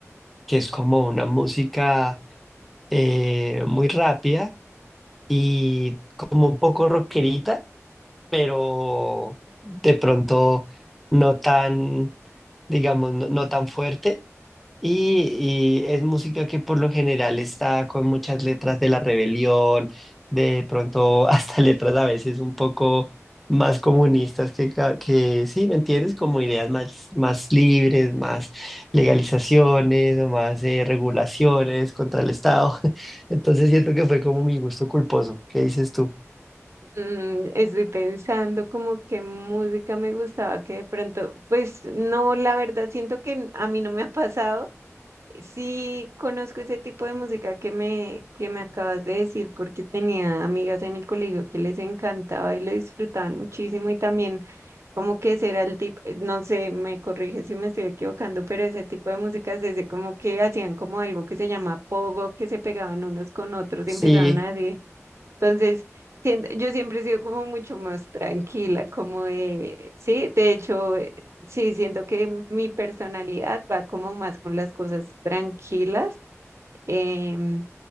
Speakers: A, in the centre; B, on the right (about 60°).
A: que es como una música eh, muy rápida y como un poco rockerita, pero de pronto no tan, digamos, no no tan fuerte y, y es música que por lo general está con muchas letras de la rebelión, de pronto hasta <laughs> letras a veces un poco más comunistas que, ca- que sí, ¿me entiendes? Como ideas más, más libres, más legalizaciones o más eh, regulaciones contra el Estado. <laughs> Entonces siento que fue como mi gusto culposo. ¿Qué dices tú?
B: Mm, estoy pensando como qué música me gustaba, que de pronto, pues no, la verdad siento que a mí no me ha pasado Sí, conozco ese tipo de música que me, que me acabas de decir porque tenía amigas en el colegio que les encantaba y lo disfrutaban muchísimo y también como que ese era el tipo, no sé, me corrige si me estoy equivocando, pero ese tipo de música es ese como que hacían como algo que se llama pogo, que se pegaban unos con otros
A: Sí.
B: y empezaban así entonces, siento- yo siempre he sido como mucho más tranquila, como de, sí, de hecho, eh, sí, siento que mi personalidad va como más con las cosas tranquilas. em,